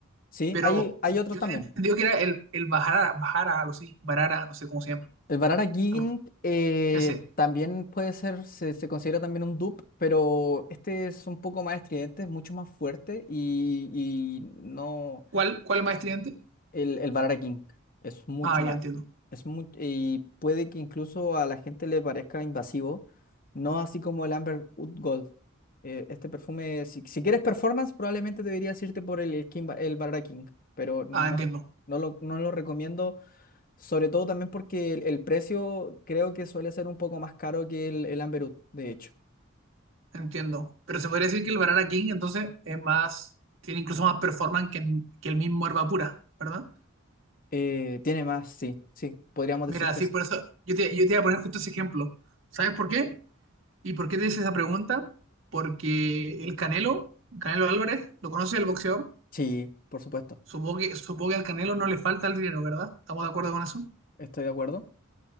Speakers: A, on the left; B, on the right.
A: Sí,
B: Pero
A: hay,
B: Sí.
A: hay otros
B: yo
A: también.
B: tenía entendido que era el, el Bajara, Bajara, algo así. Barara, no sé cómo se llama.
A: El Banana King
B: Algo así.
A: eh,
B: Ese.
A: también puede ser, se, se considera también un dupe, pero este es un poco más estridente, es mucho más fuerte y, y no,
B: ¿Cuál, cuál es más estridente?
A: el, el Banana King es mucho
B: Ah,
A: más,
B: ya entiendo.
A: es mu- y puede que incluso a la gente le parezca invasivo, no así como el Amber Wood Gold. Eh, este perfume, si, si quieres performance, probablemente deberías irte por el, el, King el Banana King, pero no,
B: Ah, entiendo,
A: no lo, no lo recomiendo sobre todo también porque el, el precio creo que suele ser un poco más caro que el, el Amberut, de hecho.
B: entiendo. Pero se podría decir que el Barara King entonces es más, tiene incluso más performance que, que el mismo Herba Pura, ¿verdad?
A: Eh, tiene más, sí, sí, podríamos
B: Mira,
A: decir que
B: sí,
A: sí.
B: por eso yo te, yo te iba a poner justo ese ejemplo. ¿Sabes por qué? ¿Y por qué te hice esa pregunta? Porque el Canelo, Canelo Álvarez, lo conoce el boxeador.
A: Sí, por supuesto,
B: Supongo que, supongo que al Canelo no le falta el dinero, ¿verdad? ¿Estamos de acuerdo con eso?
A: estoy de acuerdo.